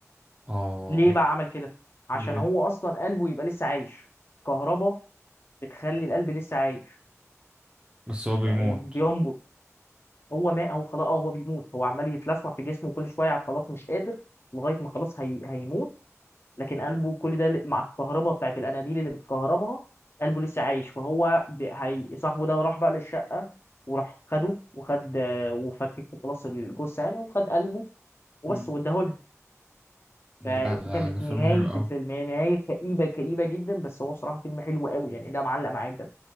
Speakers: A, on the right; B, on the left.
A: اه
B: ليه
A: اوف
B: بقى عمل كده عشان
A: ليه
B: هو اصلا قلبه يبقى لسه عايش كهربا بتخلي القلب لسه عايش
A: بس هو بيموت
B: يعني بينبض هو ما هو خلاص آه، هو بيموت هو عمال يتلسع في جسمه كل شويه خلاص مش قادر لغايه ما خلاص هي... هيموت لكن قلبه كل ده ل- مع الكهرباء بتاعت الاناديل اللي بتكهربها قلبه لسه عايش فهو ب... هي... صاحبه ده راح بقى للشقه وراح خده وخد وفكك خلاص الجثه يعني وخد قلبه وبس
A: امم
B: واداهولها
A: لا
B: فدي
A: لا
B: كانت
A: ده فيلم
B: نهايه
A: حلو قوي
B: الفيلم هي نهايه كئيبه كئيبه جدا بس هو صراحه فيلم حلو قوي يعني ده معلق معايا بجد